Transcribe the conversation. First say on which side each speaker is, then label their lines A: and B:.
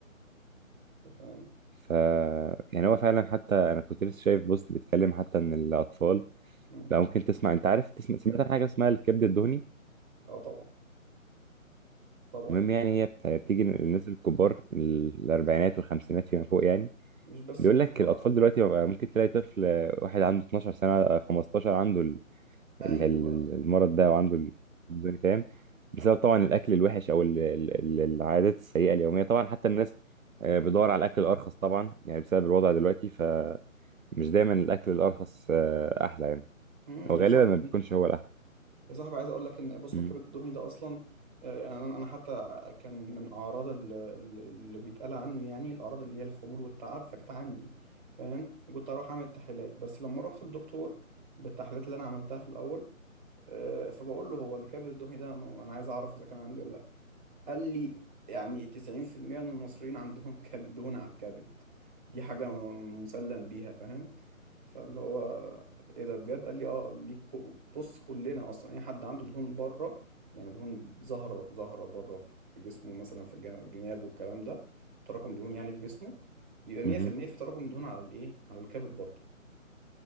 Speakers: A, on the right; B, on the right.
A: انت فاهم
B: ف يعني هو فعلا حتى انا كنت لسه شايف بوست بيتكلم حتى ان الاطفال
A: مم.
B: لا ممكن تسمع انت عارف تسمع سمعت عن حاجه اسمها الكبد الدهني
A: اه طبعا طبعا
B: المهم يعني هي بت- بتيجي للناس الكبار الاربعينات والخمسينات فيما فوق يعني
A: مش بس
B: بيقول
A: الكبار
B: لك الاطفال
A: على فكرة
B: دلوقتي بقى ممكن تلاقي طفل واحد عنده 12 سنه 15 عنده ال-
A: ايوه
B: ال- المرض ده وعنده الكلمزوني فاهم بسبب طبعا الاكل الوحش او ال- ال- ال- العادات السيئه اليوميه طبعا حتى الناس آه، بتدور على الاكل الارخص طبعا يعني بسبب الوضع دلوقتي فمش دايما الاكل الارخص آه، احلى يعني
A: مم.
B: او
A: يا
B: غالبا
A: صاحبي
B: ما بيكونش هو الاحلى
A: يا صاحبي عايز اقول لك ان بص
B: امم
A: هو الكبد الدهني ده اصلا آه، يعني انا أنا حتى كان من اعراض ال- ال- اللي بيتقال عنه يعني الاعراض اللي هي الخمول والتعب فكانت عندي فاهم كنت اروح اعمل التحليلات بس لما رحت للدكتور بالتحليلات اللي انا عملتها في الاول آه، فبقول له هو الكبد الدهني ده م- انا عايز اعرف اذا كان عندي ولا لا قال لي يعني 90% من المصريين عندهم <laughs> كب- دهون على الكبد دي حاجة م- مسلم بيها فاهم فاللي هو ايه ده بجد قال لي اه ليك كو- بص كلنا اصلا اي حد عنده دهون بره يعني دهون زهره زهره بره في جسمه مثلا في جنا- جنابه والكلام ده تراكم دهون يعني في جسمه يبقى 100%
B: امم
A: في المية في تراكم دهون على الايه على الكبد برضه